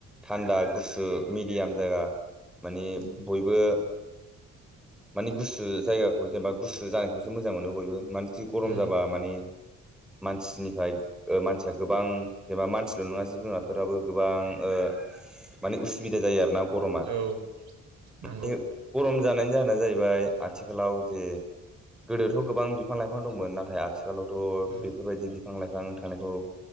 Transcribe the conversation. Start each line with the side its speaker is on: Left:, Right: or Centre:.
Centre: थान्दा गुसु मिडियाम जागा। माने
Right: औ
Centre: बयबो मानि गुसु जायगाखौ जेनेबा गुसु जानायखौसो मोजां मोनो बयबो मा जि गरम
Right: उम
Centre: जाबा माने मानसिनिफ्राय ओ मानसिया गोबां जेनेबा मानसिल' नङा जिब जुनारफोराबो गोबां ओ ओ मानि उसुबिदा जायो आरोना गरमा
Right: औ नंगौ
Centre: <unintelligible> गरम जानायनि जाहोना जाहैबाय आथिखालाव जे गोदोथ'
Right: उम
Centre: गोबां बिफां लाइफां दंमोन नाथाय आथि खालावथ'
Right: औ
Centre: बेफोरबायदि बिफां लाइफां थानायखौ